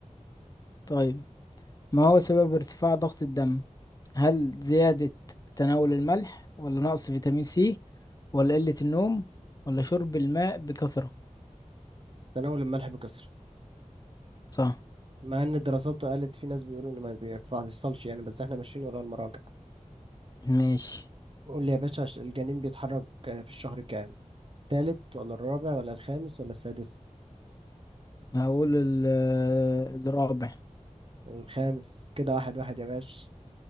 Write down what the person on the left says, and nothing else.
طيب ما هو سبب ارتفاع ضغط الدم هل زيادة تناول الملح ولا نقص فيتامين سي ولا قلة النوم ولا شرب الماء بكثرة
صح
ماشي
هقول ال- آه، الرابع